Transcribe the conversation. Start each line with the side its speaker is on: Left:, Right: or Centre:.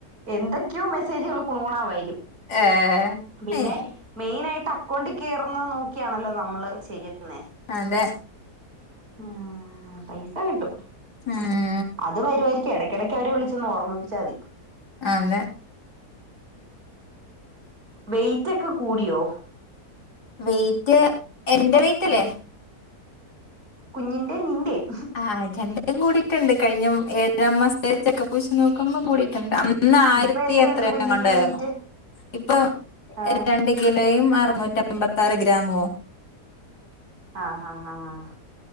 Right: എന്തൊക്കെയോ മെസ്സേജുകള് കുണുകുണാ വരും
Left: ഏഹ്
Right: പിന്നെ
Left: അയ്
Right: മെയിനായിട്ട് അക്കൗണ്ടി കേറുന്നെ നോക്കിയാണല്ലോ നമ്മള് ചെയ്യുന്നേ
Left: അതെ
Right: ആഹ് പൈസ കിട്ടും
Left: ആഹ്
Right: അത് വരൂവാരിക്കു എടക്കിടക്ക് അവരെ വിളിച്ചൊന്നോർമ്മിപ്പിച്ചാ മതി
Left: അതെ
Right: വെയ്റ്റ് ഒക്കെ കൂടിയോ
Left: വെയിറ്റ് എന്റെ വെയ്റ്റല്ലേ
Right: കുഞ്ഞിന്റേം നിന്റേം
Left: ആഹ് രണ്ടും കൂടിട്ടുണ്ട് കഴിഞ്ഞ ഏഴമാസത്തെ ചെക്കപ്പെച്ച് നോക്കുമ്പോം കൂടിട്ടുണ്ട് അന്ന് ഇന്ന് ആയിരത്തി
Right: ഇപ്പൊ എത്രയുണ്ട്
Left: എത്രയെ
Right: കുഞ്ഞിന്റെ
Left: ങ്ങാ ണ്ടായിരുന്നു
Right: വെയിറ്റ്
Left: ഇപ്പൊ
Right: ആഹ്
Left: രണ്ട കിലോയും അറുന്നൂറ്റെമ്പത്താറ് ഗ്രാമുഅ
Right: ആഹ് ആഹ് ആഹ്